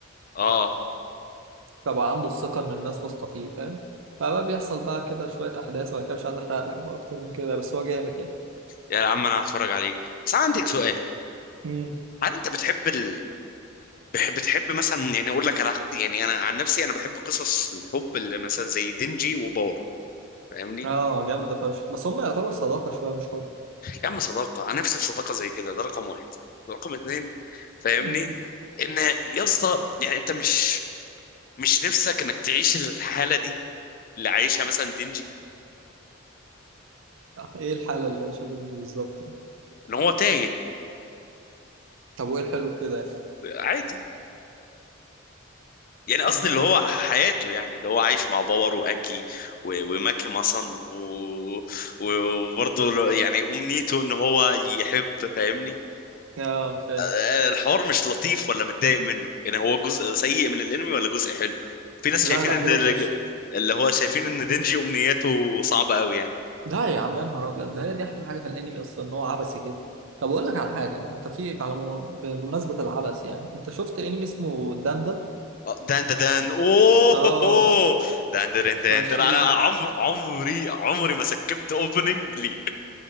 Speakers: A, on the left (about 45°); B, on the right (about 70°).
A: اه
B: فبقى عنده الثقة ان الناس واثقة فيه فاهم فبقى بيحصل بقى كده شوية أحداث وأنا كده مش عايز أحرق لك بقى أكتر من كده بس هو جامد يعني
A: يا عم انا هتفرج عليه بس انا عندك سؤال
B: امم
A: هل انت بتحب ال... بحب بتحب مثلا يعني اقول لك على يعني انا عن نفسي انا بحب قصص الحب اللي مثلا زي دينجي وباور فاهمني
B: آه جامدة فشخ بس هم يعتبر صداقة شوية مش حب
A: يا عم صداقة أنا نفسي في صداقة زي كده ده رقم واحد رقم اتنين فاهمني
B: امم
A: إن يا اسطى يعني أنت مش مش نفسك إنك تعيش الحالة دي اللي عايشها مثلا دينجي
B: إيه الحالة اللي عايشة بنجي بالظبط
A: إن هو تايه
B: طب وإيه الحلو في كده يعني؟
A: عادي يعني قصدي
B: امم
A: اللي هو حياته يعني اللي هو عايش مع باور وأكي و- وماكي مثلا و... و- وبرضه لو- يعني أمنيته إن هو يحب فاهمني
B: اه فاهم
A: آه، الحوار مش لطيف ولا متضايق منه يعني هو جزء سيء من الانمي ولا جزء حلو في ناس
B: لا
A: شايفين
B: لا
A: ان
B: حلو
A: الج-
B: فشخ
A: اللي هو شايفين ان دينجي امنياته صعبة قوي يعني
B: لا يا عم يا نهار ابيض ده هي دي احلى حاجه في الانمي اصلا ان هو عبثي كده طب اقول لك على حاجه انت في على مو- بمناسبه العبث يعني انت شفت انمي اسمه دندن
A: آه، دان دا دان اوه
B: اه
A: هو هو. دان دان دان
B: فشي
A: دان انا عمر عمري عمري ما سكبت اوبننج لي